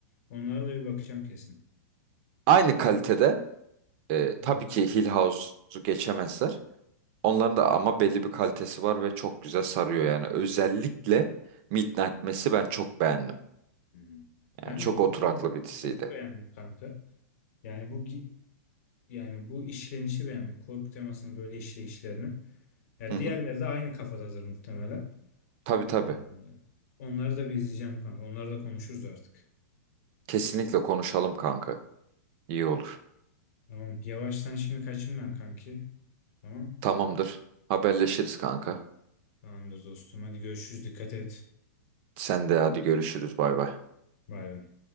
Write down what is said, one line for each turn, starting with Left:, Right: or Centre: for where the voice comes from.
Left: Onlara da bir bakacağım kesin.
Right: Aynı kalitede. e,
Left: Hı
Right: tabii
Left: hı.
Right: ki Hill House'u geçemezler. Onların da ama belli bir kalitesi var ve çok güzel sarıyor yani. Özellikle Midnight Mass'i ben çok beğendim.
Left: Hı.
Right: Yani
Left: Ben
Right: çok
Left: de şunu
Right: oturaklı bir
Left: konsepti
Right: diziydi.
Left: beğendim kanka. Yani bu gi- yani bu işlenişi beğendim. Korku temasının böyle işleyişlerini. Ya
Right: Hı hı.
Left: diğerleri de aynı kafadadır muhtemelen.
Right: Tabii
Left: Ee,
Right: tabii.
Left: onları da bir izleyeceğim kanka. Onları da konuşuruz artık.
Right: Kesinlikle konuşalım kanka. İyi olur.
Left: Tamam. Yavaştan şimdi kaçayım ben kanki. Tamam.
Right: Tamamdır. Haberleşiriz kanka.
Left: Tamamdır dostum. Hadi görüşürüz. Dikkat et.
Right: Sen de hadi görüşürüz. Bay bay.
Left: Bay bay.